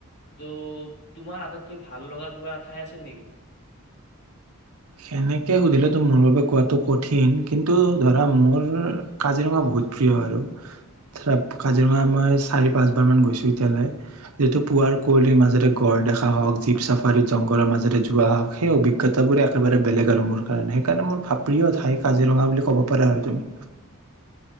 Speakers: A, on the left; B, on the right.
A: ত' তোমাৰ আটাইতকৈ ভাল লগা কিবা ঠাই আছে নেকি
B: সেনেকে সুধিলেতো মোৰ বাবে কোৱাটো কঠিন কিন্তু ধৰা মোৰ কাজিৰঙা বহুত প্ৰিয় আৰু ধৰা কাজিৰঙা মই চাৰি পাঁচবাৰ মান গৈছো এতিয়ালৈ যিতু পুৱাৰ কুঁৱলীৰ মাজে গড় দেখা হওঁক জীপ চাফাৰী জংঘলৰ মাজেৰে যোৱা হওঁক সেই অভিজ্ঞতাবোৰে একেব বেলেগ আৰু মোৰ কাৰণে সেইকাৰণে মোৰ প্ৰিয় ঠাই কাজিৰঙা বুলি ক'ব পাৰা আৰু তুমি